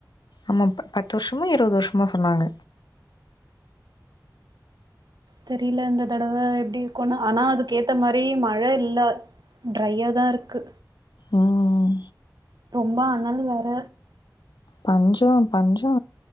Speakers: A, on the left; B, on the right.
A: ஆமா பத்து வருஷமோ இருபது வருஷமோ சொன்னாங்க
B: தெரில இந்த தடவ எப்டி இருக்குனு ஆனா அதுக்கு ஏத்த மாரி மழ இல்ல டிரையாதா இருக்கு
A: ம்
B: ரொம்ப அனல் வேற
A: பஞ்சோ பஞ்சோ